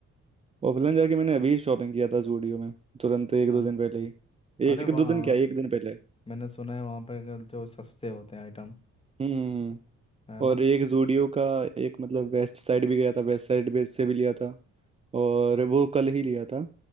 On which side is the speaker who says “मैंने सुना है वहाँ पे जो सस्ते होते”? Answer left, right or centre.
Left